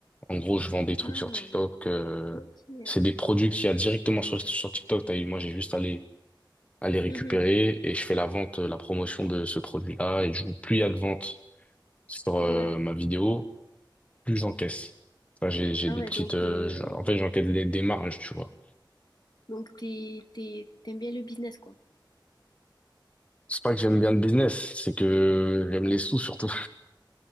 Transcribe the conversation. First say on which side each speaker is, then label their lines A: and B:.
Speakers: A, on the left (about 15°); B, on the left (about 60°).
A: En gros, je vends des trucs
B: Ah,
A: sur TikTok. euh,
B: ok.
A: c'est des produits qu'il y a directement sur, sur TikTok. T'as eu, moi, j'ai juste à les, à les récupérer
B: Mhm.
A: et je fais la vente, euh, la promotion de ce produit-là. Et du coup, plus il y a de ventes sur euh,
B: Ouais.
A: ma vidéo, plus j'encaisse. Enfin, j'ai, j'ai
B: Ah
A: des
B: ouais,
A: petites...
B: donc,
A: euh,
B: euh,
A: j'en- en fait, j'encaisse des, des marges, tu vois.
B: donc t'es, t'es- t'aimes bien le business, quoi.
A: C'est pas que j'aime bien le business, c'est que j'aime les sous surtout.